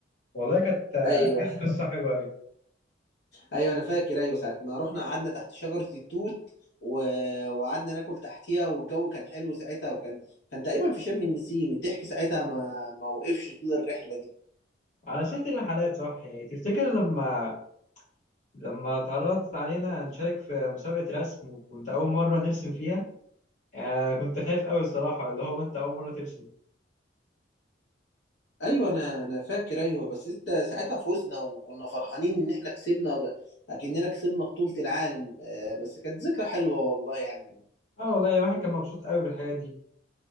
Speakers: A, on the left; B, on the left.
A: والله كانت
B: أيوه
A: كانت قصة حلوة أوي
B: ايوه انا فاكر ايوه ساعه ما رحنا قعدنا تحت شجره التوت و... وقعدنا ناكل تحتيها والجو كان حلو ساعتها وكان كان تقريبا في شم النسيم الضحك ساعتها ما ما وقفش طول الرحله دي
A: على سيرة الرحلات صح يعني تفتكر لما لما اتعرضت علينا نشارك في مسابقة رسم وكنت أول مرة نرسم فيها آه كنت خايف أوي الصراحة اللي هو أنت أول مرة ترسم
B: ايوه انا انا فاكر ايوه بس انت ساعتها فزنا وكنا فرحانين ان احنا كسبنا ب... اكننا كسبنا بطوله العالم آه، بس كانت ذكرى حلوه والله يعني
A: اه والله الواحد كان مبسوط أوي بالحاجات دي